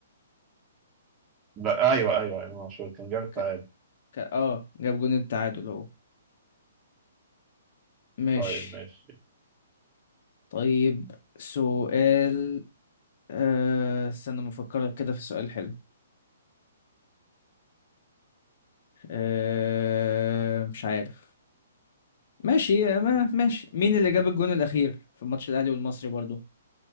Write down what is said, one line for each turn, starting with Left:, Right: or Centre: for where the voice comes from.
Right: لا أيوه أيوه إمام عاشور كان جاب التعادل
Left: ك... ك... اه جاب جون التعادل اهو ماشي
Right: طيب ماشي
Left: طيب سؤال آه... استنى ما افكر كده في سؤال حلو آه... مش عارف ماشي ما ماشي مين اللي جاب الجون الأخير في ماتش الأهلي والمصري برضو